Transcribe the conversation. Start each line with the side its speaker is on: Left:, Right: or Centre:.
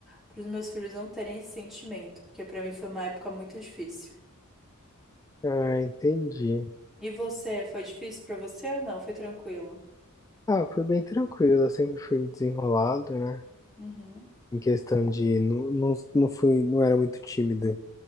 Centre: pros meus filhos não terem esse sentimento, porque pra mim foi uma época muito difícil.
Left: Ah, entendi.
Centre: E você, foi difícil pra você ou não? Foi tranquilo?
Left: Ah, foi bem tranquilo, eu sempre fui desenrolado, né?
Centre: Uhum.
Left: Em questão de não, não, não fui, não era muito tímido.